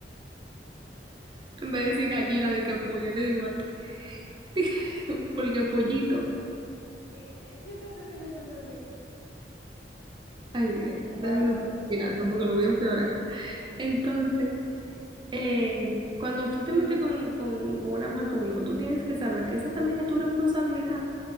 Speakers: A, on the right; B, on the left.
A: En vez de decir gallina, de que polla, te digo a ti, <laughs> Porque pollito.
B: Sí, yo te entendí, yo te entendí.
A: Ay, Dios, déjame
B: Para
A: no
B: mí
A: estar
B: eso
A: opinando
B: es muy increíble.
A: porque lo voy a empeorar. Entonces, eh, cuando tú te metes con, con, con una mujer con hijo, tú tienes que saber que esa también es tu responsabilidad.